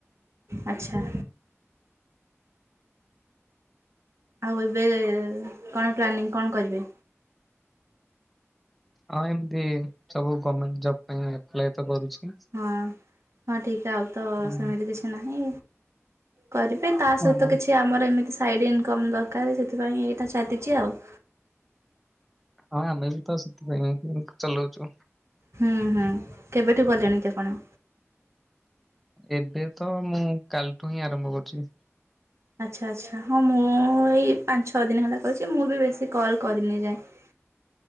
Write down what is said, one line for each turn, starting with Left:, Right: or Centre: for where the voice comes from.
Right: ଆଚ୍ଛା‌। ଆଉ ଏବେ କଣ ପ୍ଲାନିଂ କଣ କରିବେ?
Centre: ଆଉ ଏମତି ସବୁ ଗମେଣ୍ଟ ଜବ ପାଇଁ ଆପ୍ଲାଏ ତ କରୁଚି।
Right: ହଁ ହଁ ଠିକ ଆଉ ତ
Centre: ହୁଁ,
Right: ସେମିତି କିଛି ନାହିଁ। କରିବେ ତା
Centre: ହଁ
Right: ସହିତ କିଛି ଆମର ଏମିତି ସାଇଡ ଇନକମ ଦରକାର ସେଥିପାଇଁ ଏଇଟା ଚାଲିଚି ଆଉ।
Centre: ହଁ ଆମେ ବି ତ ସେଥିପାଇଁ ଚଲଉଚୁ।
Right: ହୁଁ ହୁଁ କେବେଠୁ କଲେଣି କି ଆପଣ?
Centre: ଏବେ ତ ମୁଁ କାଲିଠୁ ହିଁ ଆରମ୍ଭ କରୁଚି।
Right: ଆଚ୍ଛା ଆଚ୍ଛା ହଁ ମୁଁ ଏଇ ପାଞ୍ଚ ଛଅ ଦିନ ଖଣ୍ଡେ କରିଚି। ମୁଁ ବି ବେଶୀ କଲ କରିନି ଏ ଯାଏଁ।